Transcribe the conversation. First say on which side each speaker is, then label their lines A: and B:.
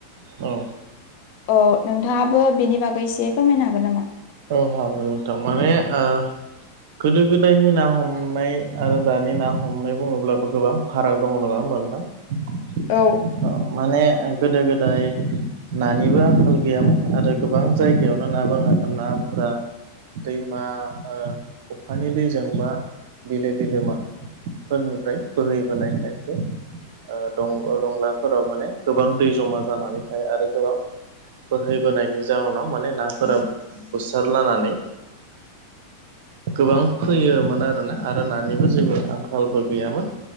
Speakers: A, on the right; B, on the left.
A: औ
B: औ नोंथाङाबो बेनि बागै एसे फोरमायनो हागोन नामा?
A: औ हागोन नोंथां माने ओ गोदो गोदायनि ना हमनाय आरो दानि ना हमनाय बुङोब्लाबो गोबां फाराग दङ नङा होमबा नोंथां
B: औ
A: माने गोदो गोदाय नानिबो आंखाल गैयामोन आरो गोबां जायगायावनो ना बाङा नाफोरा दैमा औ अखानि दैजों बा बिलो बिलोमा फोरनिफ्राय बोहैबोनाय खायसे- ओ- दं दंलाफोराव माने गोबां दै जमा जानानै थायो आरो गोबां बोहैबोनायनि जाउनाव माने नाफोरा बुसारलानानै गोबां फैयोमोन आरोना आरो नानिबो जेबो आंखालबो गैयामोन